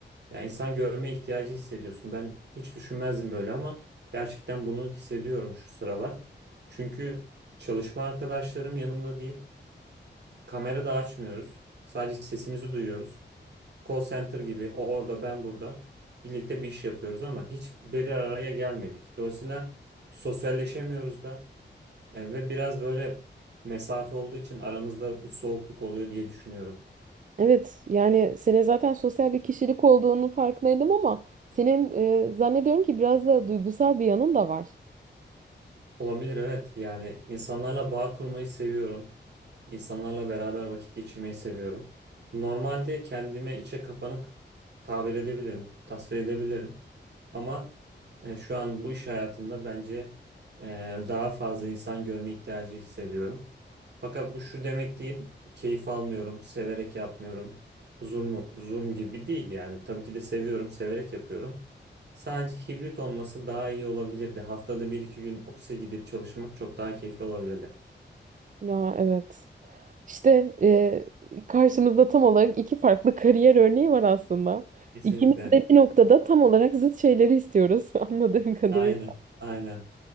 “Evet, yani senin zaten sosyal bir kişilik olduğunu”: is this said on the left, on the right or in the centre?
Right